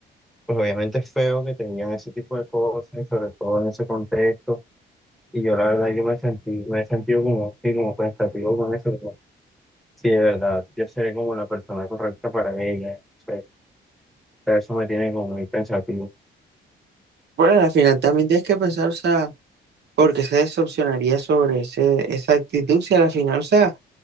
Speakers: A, in the centre; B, on the right.
A: pues obviamente es feo que te digan ese tipo de cosas, y sobre todo en ese contexto. Y yo la verdad, yo me sentí, me he sentido como, sí, como pensativo con eso. como, sí, de verdad, yo seré como la persona correcta para ella. o sea, pero eso me tiene como muy pensativo.
B: Bueno, al final también tienes que pensar, o sea, por qué se decepcionaría sobre ese, esa actitud si a la final, o sea...